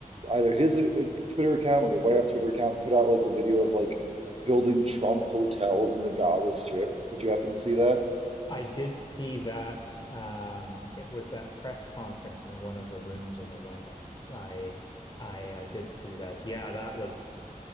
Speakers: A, on the right; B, on the left.
A: either his uh, Twitter account or the White House Twitter account put out like a video of like building Trump hotels in the Gaza Strip. Did you happen to see that?
B: I did see that um, it was that press conference in one of the rooms in the White House. I I uh, did see that. Yeah, that was.